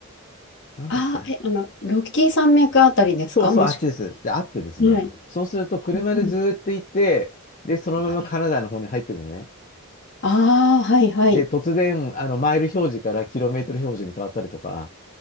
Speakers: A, on the left (about 40°); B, on the left (about 55°).
A: なんだっけな
B: ああ、え、あの、ロッキー山脈あたりですかもしく
A: そうそう、あっちです。で、あってですね。
B: は。はい。
A: そうすると、車でずーっと行って、
B: うんうん。
A: で、そのままカナダの方に入ってくるのね。
B: はい。ああ、はいはい。
A: で、突然、あの、マイル表示からキロメートル表示に変わったりとか、